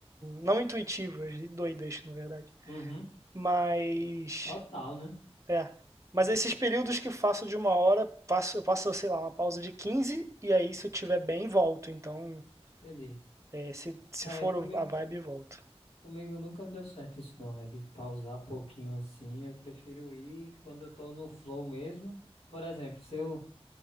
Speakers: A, on the right; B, on the left.
A: não intuitivas e doidas, na verdade.
B: uhum,
A: Mas,
B: total, né?
A: é. Mas esses períodos que faço de uma hora, passo, eu passo, sei lá, uma pausa de 15 e aí se eu tiver bem, volto. Então,
B: Entendi.
A: é, se, se
B: É,
A: for
B: comigo,
A: o- a vibe, volto.
B: comigo nunca me deu certo isso não, é de pausar pouquinho assim, eu prefiro ir quando eu tô no flow mesmo. Por exemplo, se eu,